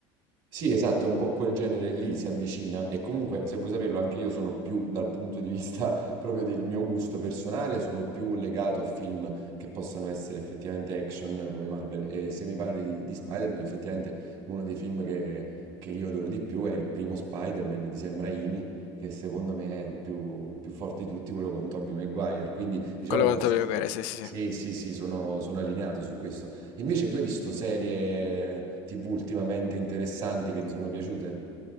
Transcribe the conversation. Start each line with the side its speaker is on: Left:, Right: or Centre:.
Right: Sì, esatto, è un po' quel genere lì, si avvicina e comunque, se vuoi saperlo, anche io sono più dal punto di vista <laughs> proprio del mio gusto personale, sono più legato a film che possano essere effettivamente action come Marvel e se mi parli di, di Spider-Man, effettivamente uno dei film che, che io adoro di più è il primo Spider-Man di Sam Raimi, che secondo me è il più, più forte di tutti, quello con Tobey Maguire, quindi diciamo
Left: Quello quanto
Right: che
Left: abbiamo capito, sì, sì, sì.
Right: sì, sì, sì, sono, sono allineato su questo. Invece tu hai visto serie TV ultimamente interessanti che ti sono piaciute?